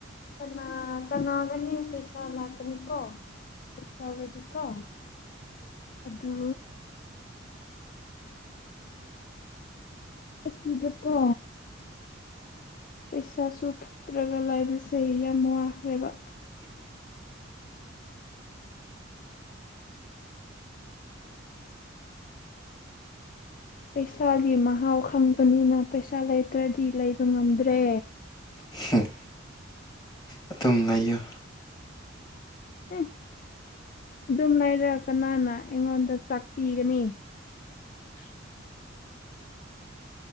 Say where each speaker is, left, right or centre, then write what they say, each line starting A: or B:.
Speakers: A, on the left; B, on the left.
A: ꯀꯅꯥ ꯀꯅꯥꯒꯅꯤ ꯄꯩꯁꯥ ꯂꯥꯛꯀꯅꯤ ꯀꯣ ꯇꯧꯔꯗꯤꯀꯣ ꯑꯗꯨ ꯑꯁꯤꯗꯀꯣ ꯄꯩꯁꯥꯁꯨ ꯊꯣꯛꯇ꯭ꯔꯒ ꯂꯩꯕꯁꯦ ꯌꯥꯝ ꯋꯥꯈ꯭ꯔꯦꯕ
B: <inaudible>
A: ꯄꯩꯁꯥꯒꯤ ꯃꯍꯥꯎ ꯈꯪꯕꯅꯤꯅ ꯄꯩꯁꯥ ꯂꯩꯇ꯭ꯔꯗꯤ ꯂꯩꯕ ꯉꯝꯗ꯭ꯔꯦ
B: ꯍꯨꯝ ꯑꯗꯨꯝ ꯂꯩꯌꯨ
A: ꯎꯝ ꯑꯗꯨꯝ ꯂꯩꯔꯒ ꯀꯅꯥꯅ ꯑꯩꯉꯣꯟꯗ ꯆꯥꯛ ꯄꯤꯒꯅꯤ <unintelligible>